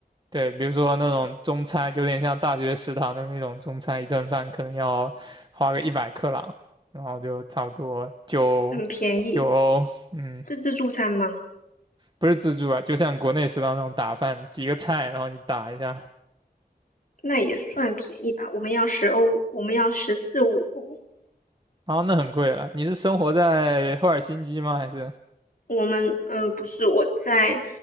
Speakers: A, on the right; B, on the left.
A: 对，比如说那种中餐，有点像大学食堂的那种中餐，一顿饭可能要花个一百克朗，然后就差不多九
B: 很便宜，
A: 九欧，嗯，
B: 是自助餐吗？
A: 不是自助啊，就像国内食堂那种打饭，几个菜，然后你打一下，
B: 那也算便宜吧。我们要十欧，我们要十四五欧。
A: 然后那很贵了。你是生活在赫尔辛基吗？还是
B: 我们呃不是我在